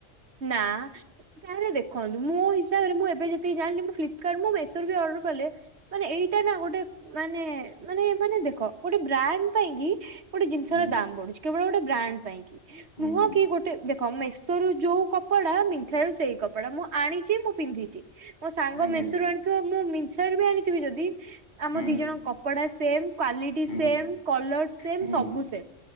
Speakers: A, on the right; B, on the left.
A: ନାଁ ହେଲେ ଦେଖନ୍ତୁ ମୋ ହିସ୍ ହିସାବରେ ମୁଁ ଏବେ ଯେତିକି ଜାଣିଲି ମୁଁ ଫ୍ଲିପ୍ କାର୍ଡ ମୁଁ ମେଷୋରୁ ବି ଅର୍ଡର କଲେ। ମାନେ ଏଇଟା ନା ଗୋଟେ ମାନେ ମାନେ ମାନେ ଦେଖ ଗୋଟେ ବ୍ରାଣ୍ଡ ପାଇଁ କି ଗୋଟେ ଜିନ୍ଷର
B: ହୁଁ
A: ଦାମ୍ ବଢୁଛି କେବଳ ଗୋଟେ ବ୍ରାଣ୍ଡ ପାଇଁ କି
B: ହୁଁ
A: ନୁହଁ
B: ହୁଁ
A: କି ଗୋଟେ ଦେଖ ମେଷୋରୁ ଯୋଉ କପଡା ମିନଥ୍ରା ରୁ ସେଇ କପଡା ମୁଁ ଆଣିଛି ମୁଁ ପିନ୍ଧିଛି ମୋ ସାଙ୍ଗ
B: ଆଜ୍ଞା
A: ମେଷୋରୁ ଆଣି ଥିବ ମୁଁ ମିନଥ୍ରାରୁ ବି ଆଣିଥିବି ଯେଦି ଆମ
B: ହୁଁ
A: ଦି ଜଣଙ୍କ କ କପଡା ସେମ୍, କ୍ଵାଲିଟି
B: ହୁଁ
A: ସେମ୍, କଲର୍ ସେମ୍
B: ହୁଁ
A: ସବୁ ସେମ୍।